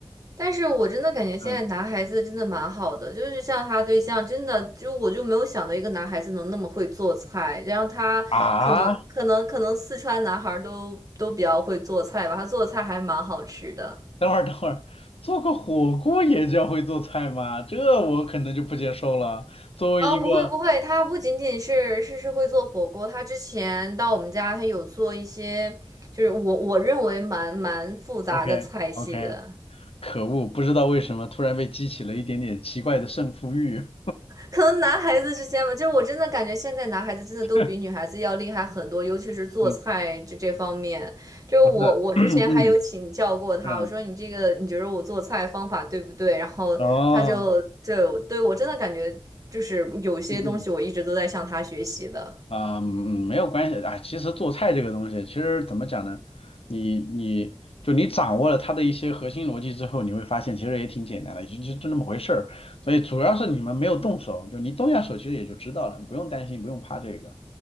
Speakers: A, on the right; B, on the left.
A: 但是我真的感觉现在男孩子真的蛮好的，
B: 嗯
A: 就是像他对象，真的就我就没有想到一个男孩子能那么会做菜，然后他可能可能可能四川男孩儿都都比较会做菜吧，
B: 啊，
A: 他做的菜还蛮好吃的。
B: 等会儿等会儿，做个火锅也叫会做菜吗？这我可能就不接受了。作为一个
A: 哦，不会不会，他不仅仅是是是会做火锅，他之前到我们家，他有做一些就是我我认为蛮蛮复杂的菜系的。
B: OK OK，可恶，不知道为什么突然被激起了一点点奇怪的胜负欲。
A: 可能男孩子之间吧，就是我真的感觉现在男孩子真的都比女孩子要厉害很多，
B: <laughs>
A: 尤其是做菜这这方面。
B: 嗯，
A: 就是我我之前还有请教过他，
B: 不是，<clears throat> 嗯嗯嗯，
A: 我说你这个你觉得我做菜方法对不对？然后他就就对我真的感觉就是有些东西我一直都在向他学习的。
B: 哦，嗯嗯。啊、嗯没有关系啊。其实做菜这个东西，其实怎么讲呢？你你就你掌握了它的一些核心逻辑之后，你会发现其实也挺简单的，就就就那么回事儿。所以主要是你们没有动手，就你动下手，其实也就知道了，你不用担心，不用怕这个。